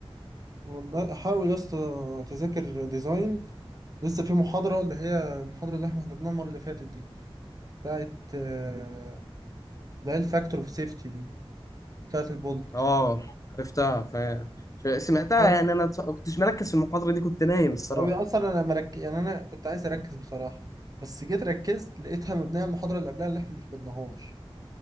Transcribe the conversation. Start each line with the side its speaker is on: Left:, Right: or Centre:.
Right: والله حاول يا اسطى تذاكر ديزاين لسه في محاضرة اللي هي المحاضرة اللي احنا حضرناها المرة اللي فاتت دي بتاعت آه، اللي هي الفاكتور اوف سيفتي دي بتاعت البولت
Left: اه عرفتها ف... ف- سمعتها
Right: حاول
Left: يعني انا ما كنتش مركز في المحاضره دي كنت نايم الصراحه
Right: أو اصلا انا مرك... يعني انا كنت عايز اركز بصراحه بس جيت ركزت لقيتها مبنيه على المحاضره اللي قبلها اللي احنا ما حفظناهاش